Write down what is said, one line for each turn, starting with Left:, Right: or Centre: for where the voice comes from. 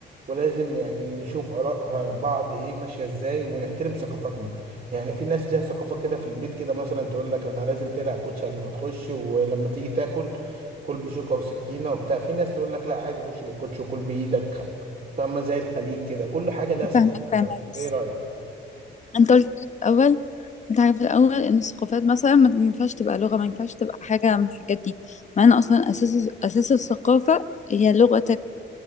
Right: ولازم يعني نشوف آراء بعض ايه ماشية ازاي ونحترم ثقافاتنا يعني في ناس ليها ثقافة كده في البيت كده مثلا تقول لك انا لازم تقلع الكوتشي قبل ما تخش ولما تيجي تاكل كل بشوكة وسكينة وبتاع في ناس تقول لك لا عادي خش بالكوتشي وكل بإيدك فاهمة زي الخليج كده كل حاجة ليها ثقافتها
Left: فاهمك فاهمك بس
Right: ايه رأيك؟
Left: انت قلت حاجه في الاول قلت حاجه في الاول ان الثقافات مثلا ما ما ينفعش تبقى لغه ما ينفعش تبقى حاجه من الحاجات دي مع ان اصلا اساس اساس الثقافه هي لغتك